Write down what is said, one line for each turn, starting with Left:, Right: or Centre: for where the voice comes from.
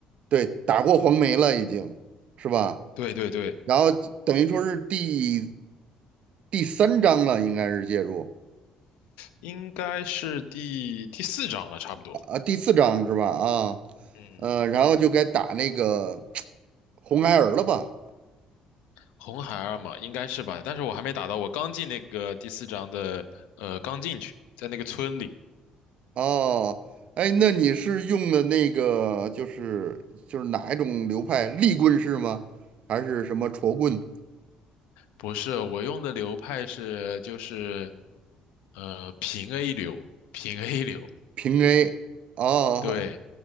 Right: 对，打过黄梅了，已经是吧？
Left: 对对对，
Right: 然后等于说是第第三章了，应该是介入
Left: 应该是第第四章了，差不多。
Right: 啊，第四章是吧？啊，
Left: 嗯，
Right: 呃，然后就该打那个红孩儿了吧？
Left: 红孩儿嘛，应该是吧？但是我还没打到，我刚进那个第四章的，呃，刚进去，在那个村里。
Right: 哦，哎，那你是用的那个就是就是哪一种流派？立棍式吗？还是什么戳棍？
Left: 不是，我用的流派是就是，呃，平 A 流，平 A 流。
Right: 平 A 哦，
Left: 对，